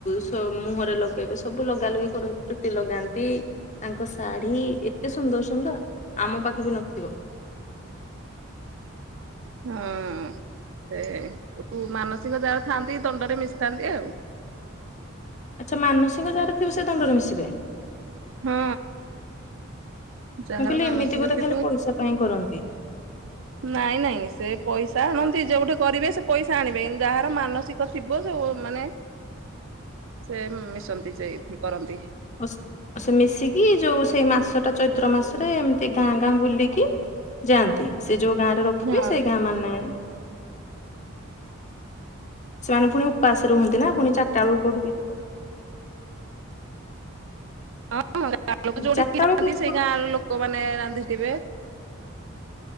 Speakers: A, on the left; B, on the right.
A: ସ ମୁହଁରେ ଲଗେଇବା ସବୁ ଲଗା ଲଗି କରନ୍ତି ଚୁଟି ଲଗାନ୍ତି। ତାଙ୍କ ଶାଢୀ ଏତେ ସୁନ୍ଦର ସୁନ୍ଦର ଆମ ପାଖେ ବି ନଥିବ।
B: ହଁ ସେ ମାନସିକ ଯାହାର ଥାଆନ୍ତି ଦଣ୍ଡରେ ମିଶିଥାନ୍ତି ଆଉ।
A: ଆଚ୍ଛା ମାନସିକ ଯାହାର ଥିବ ସେ ଦଣ୍ଡରେ ମିଶିବେ।
B: ହଁ ଯାହାର
A: ମୁଁ କହିଲି
B: ମାନସିକ
A: ଏମିତି ବୋଧେ
B: ଥିବ
A: ଖାଲି ପଇସା ପାଇଁ କରନ୍ତି।
B: ନାଇଁ ନାଇଁ ସେ ପଇସା ଆଣନ୍ତି ଯୋଉଠି କରିବେ ସେ ପଇସା ଆଣିବେ ଯାହାର ମାନସିକ ଥିବ ଯୋଉମାନେ ସେ ମିଶନ୍ତି ସେଇଠି କରନ୍ତି।
A: ଅସ ଆଉ ସେ ମିଶିକି ଯୋଉ ସେଇ ମାସଟା ଚୈତ୍ର ମାସରେ ଏମିତି ଗାଁ ଗାଁ ବୁଲିକି ଯାଆନ୍ତି ସେ ଯୋଉ ଗାଁରେ ରଖିବେ
B: ହଁ।
A: ସେଇ ଗାଁ ମାନେ ସେମାନେ ପୁଣି ଉପାସ ରୁହନ୍ତି ନା ପୁଣି ଚାରିଟା ବେଳକୁ କଉଠିକି ଯିବେ?
B: ହଁ ଗାଁ ଲୋକ ଯୋଉଠିକି
A: ଚାରିଟା
B: ଯାଆନ୍ତି
A: ବେଳକୁ
B: ସେଇ ଗାଁର ଲୋ କମାନେ ରାନ୍ଧିଥିବେ।